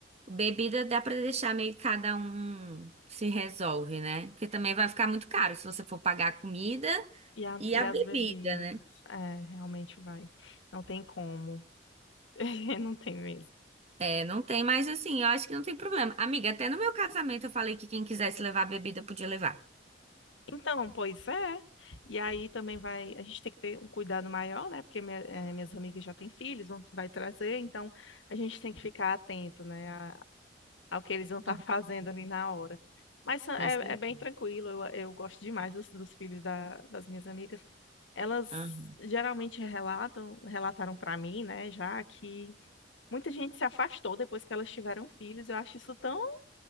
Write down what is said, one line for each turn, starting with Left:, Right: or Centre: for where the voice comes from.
Right: Bebida dá pra deixar meio que cada um se resolve, né? Porque também vai ficar muito caro se você for pagar a comida
Left: e, a-
Right: e
Left: e
Right: a
Left: as
Right: bebida,
Left: bebidas.
Right: né?
Left: É, realmente vai. Não tem como. <laughs> Não tem mesmo.
Right: É, não tem mais assim, eu acho que não tem problema. Amiga, até no meu casamento eu falei que quem quisesse levar bebida podia levar.
Left: Então, pois é. E aí também vai, a gente tem que ter um cuidado maior, né? Porque minha- eh, minhas amigas já têm filhos, vão, vai trazer, então a gente tem que ficar atento, né? a- ao que eles vão estar
Right: <laughs>
Left: fazendo ali na hora. Mas é,
Right: Com certeza.
Left: é bem tranquilo, eu, eu gosto demais dos, dos filhos da- das minhas amigas. Elas
Right: Aham.
Left: geralmente relatam, relataram para mim, né, já que muita gente se afastou depois que elas tiveram filhos. Eu acho isso tão.